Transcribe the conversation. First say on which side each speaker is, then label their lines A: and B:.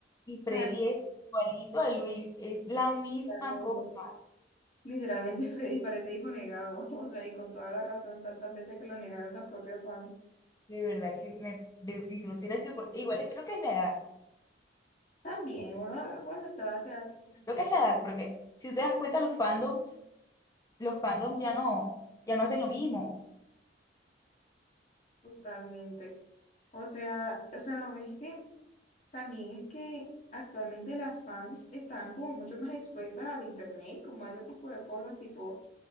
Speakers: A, on the left; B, on the left.
A: Y
B: sea,
A: Freddy es igualito a Luis, es la misma
B: literalmente,
A: cosa.
B: literalmente <laughs> Freddy parece hijo negado, <laughs> o sea, y con toda la razón, tantas veces que lo negaron las propias fans.
A: De verdad que me, de, y uno sí era insoportable. Igual es- creo que es la edad.
B: También, uno cuando estaba a esa edad, tenía
A: Creo
B: 10,
A: que es la edad, porque si usted das cuenta, los fandoms, los fandoms ya no, ya no hacen lo mismo.
B: totalmente. O sea, o sea, no, es que También es que actualmente las fans están como mucho más expuestas al internet y como a ese tipo de cosas, tipo,